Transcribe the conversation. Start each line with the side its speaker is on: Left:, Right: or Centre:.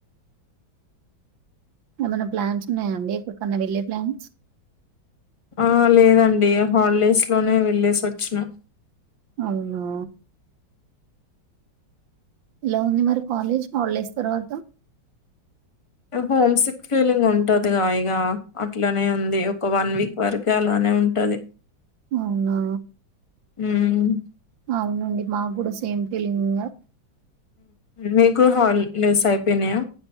Right: ఏమైనా ప్లాన్స్ ఉన్నాయాండి ఎక్కడికన్నా వెళ్లే ప్లాన్స్
Left: ఆ లేదండి హాలిడేస్ లోనే వెళ్ళేసోచినం
Right: అవునా ఎలా ఉంది మరి కాలేజ్ హాలిడేస్ తర్వాత
Left: హోమ్ సిక్ ఫీలింగ్ ఉంటదిగా ఇగా అట్లనే ఉంది ఒక వన్ వీక్ వరకే అలా నే ఉంటది
Right: అవునా
Left: మ్మ్
Right: అవునండి మాకు గుడ సేమ్ ఫీలింగ్ ఉందా?
Left: మీకు హాల్ డేస్ అయిపోయినయా?